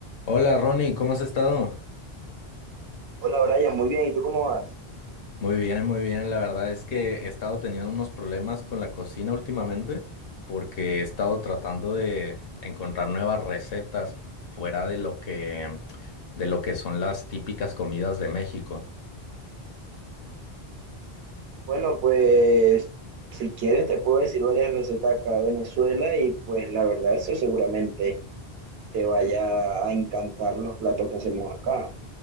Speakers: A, on the left; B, on the right.
A: Hola Ronnie, ¿cómo has estado?
B: Hola Brian, muy bien, ¿y tú cómo vas?
A: Muy bien, muy bien. La verdad es que he estado teniendo unos problemas con la cocina últimamente porque he estado tratando de encontrar nuevas recetas fuera de lo que, de lo que son las típicas comidas de México.
B: Bueno, pues si quieres te puedo decir varias recetas acá de Venezuela y pues la verdad eso seguramente te vaya a encantar los platos que hacemos acá.